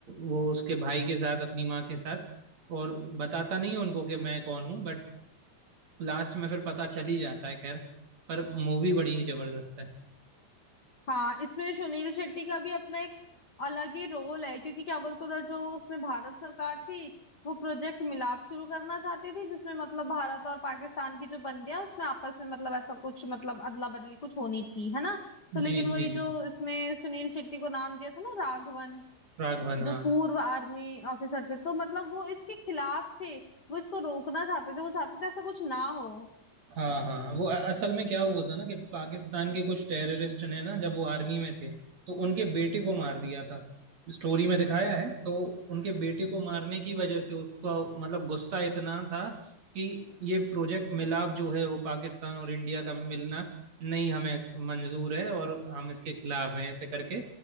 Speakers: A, on the right; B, on the left.
A: वो उसके भाई के साथ अपनी माँ के साथ और बताता नहीं है उनको कि मैं कौन हूँ बट लास्ट में फिर पता चल ही जाता है खैर पर मूवी बड़ी ही जबरदस्त है
B: हाँ इसमें सुनील शेट्टी का भी अपना एक अलग ही रोल है क्योंकि क्या बोलते उधर जो उसमें भारत सरकार थी वो प्रोजेक्ट मिलाप शुरू करना चाहती थी जिसमें मतलब भारत और पाकिस्तान की जो बंदियां उसमें आपस में मतलब ऐसा कुछ मतलब अदला बदली कुछ होनी थी है ना तो लेकिन
A: जी
B: वही
A: जी जी
B: जो इसमें सुनील शेट्टी को नाम दिया था ना राघवन
A: प्रागवन हाँ
B: जो पूर्व आर्मी ऑफिसर थे तो मतलब वो इसके खिलाफ थे वो इसको रोकना चाहते थे वो चाहते थे ऐसा कुछ ना हो
A: हाँ हाँ हाँ। वो अ- असल में क्या हुआ था ना कि पाकिस्तान के कुछ टेररिस्ट ने ना जब वो आर्मी में थे तो उनके बेटे को मार दिया था स्टोरी में दिखाया है तो उनके बेटे को मारने की वजह से उसका मतलब गुस्सा इतना था कि ये प्रोजेक्ट मिलाप जो है वो पाकिस्तान और इंडिया का मिलना नहीं हमें मंजूर है और हम इसके खिलाफ हैं ऐसे करके